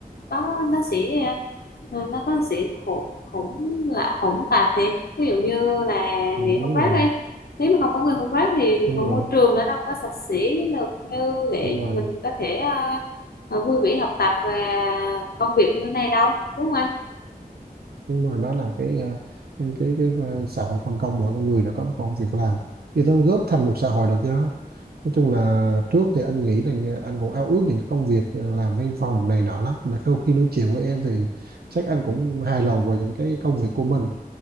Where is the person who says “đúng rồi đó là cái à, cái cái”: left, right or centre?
Right